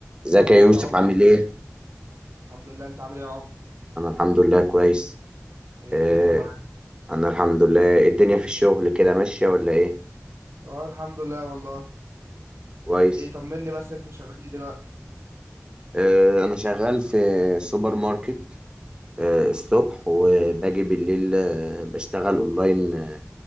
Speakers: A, on the right; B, on the right.
A: ازيك يا
B: ازيك
A: يوسف
B: يا عمر
A: عامل ايه؟
B: الحمد لله انت عامل ايه يا عمر
A: انا الحمد لله كويس
B: ايه
A: آه
B: الدنيا معاك
A: انا الحمد لله الدنيا في الشغل كده ماشية ولا ايه؟
B: اه الحمد لله والله
A: كويس
B: ايه طمني بس انت شغال ايه دلوقتي
A: آه انا شغال في سوبر ماركت آه الصبح وباجي بالليل آه بشتغل اونلاين آه